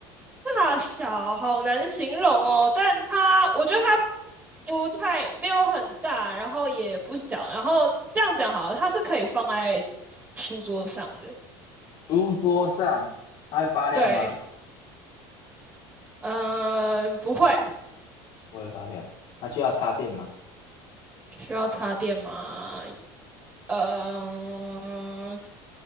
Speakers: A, on the right; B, on the left.
A: 大小好难形容哦，但它我觉得它不太没有很大，然后也不小，然后这样讲好了，它是可以放在书桌上的。
B: 书桌上，它会发亮吗？
A: 对，嗯、不会，
B: 不会发亮。它需要插电吗？
A: 需要插电吗？嗯、